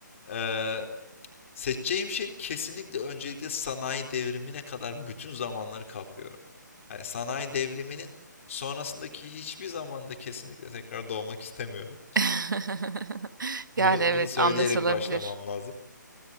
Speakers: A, on the left; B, on the right.
A: Ee, Seçeceğim şey kesinlikle öncelikle sanayi devrimine kadar bütün zamanları kapıyorum. Yani sanayi devriminin sonrasındaki hiçbir zamanda kesinlikle tekrar doğmak istemiyorum.
B: <laughs>
A: Bunu
B: Yani evet
A: bunu söyleyerek
B: anlaşılabilir.
A: başlamam lazım.